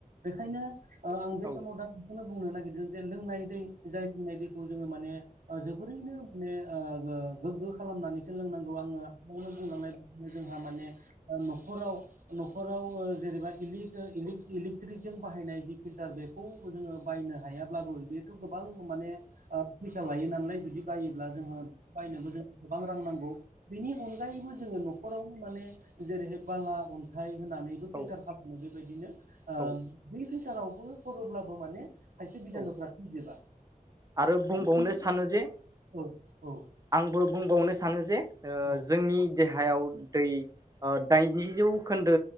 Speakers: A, on the right; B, on the right.
A: बेखायनो आं बे
B: औ
A: समाव दा बेखौनो बुंनो नागिरदों जे लोंनाय दै जाय लोंनाय दैखौ जोङो माने जोबोरैनो माने ओ गोग्गो खालामनानै सोलोंनांगौ आङो आवनो <unintelligible> बुंलांनाय बदिनो जोंहा माने न'खराव न'खराव ओ जेरैबाय <unintelligible> इलेकट्रिकजों बाहायनाय जि फिल्टार बेखौ जोङो बायनो हायाब्लाबो बे गोबां माने अ फैसा लायो नालाय जुदि जायोब्ला जोङो बायनोबो जों गोबां रां नांगौ। बेनि अनगायैबो जोङो न'खरावनो माने जेरैहाय बाला अन्थाइ होनानैबो
B: औ
A: फिल्टार खालामो बेबायदिनो ओ‌
B: औ
A: बे फिल्टारावबो सरोब्लाबो माने खायसे बिजानुफ्रा
B: औ
A: थैजोबा।
B: आरो बुंबावनो
A: <unintelligible>
B: सानो जे
A: औ औ।
B: आंबो बुंबावनो सानो जे
A: औ
B: जोंनि देहायाव दै दाइनजि जौ खोन्दो